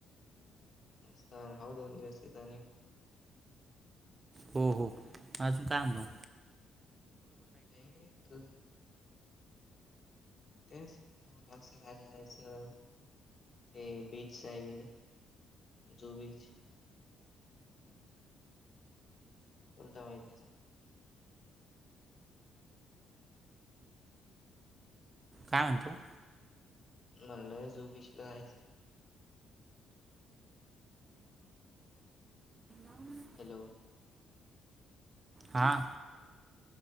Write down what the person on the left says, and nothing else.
मस्त राहू दोन दिवस तिथं आणि
काय नाही? त तेच लालबागचं राजा यायचं ते बीच साइड, जुहू बीच बोल तेव्हा येतीचे.
म्हणलं जुहू बीचला जायचं.
हॅलो